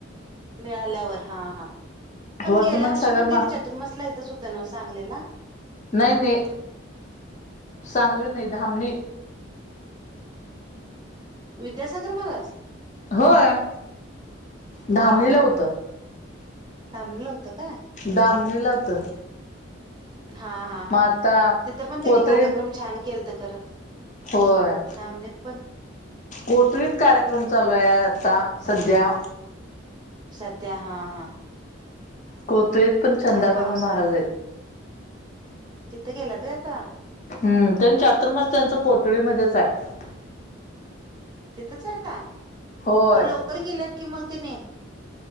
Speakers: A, on the right; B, on the left.
A: मिळाल्यावर हा हा पण
B: वर्धमान
A: गेल्या वर्षी
B: सागर
A: पण
B: मा
A: त्यांनी चतुर्मसला इथंच होत न्हव सांगलीला.
B: नई नई सांगली
A: हं
B: नई धामणी
A: विद्यासागर महाराज,
B: होय. धामणीला
A: हा हा
B: होतं
A: हा थांबलं होतं. काय?
B: दाम नि लावत.
A: हा हा हा
B: आता
A: तिथं पण त्यांनी
B: कोथळी
A: कार्यक्रम छान केल तर खरं
B: होय.
A: धामणीत पण
B: कोतरीत कार्यक्रम चालूया आता सध्या
A: सध्या हा हा ह
B: कोतळीत पण चंदाबाबा
A: पावसाळ्यात
B: महाराज आहेत.
A: तिथं गेलाच व्हय आता.
B: हम्, त्यां चातुर्माश त्यांच कोथळीमध्येच आहे.
A: तेथच आहे आता,
B: होय
A: तर लवकर गेल्यात कि मग त्याने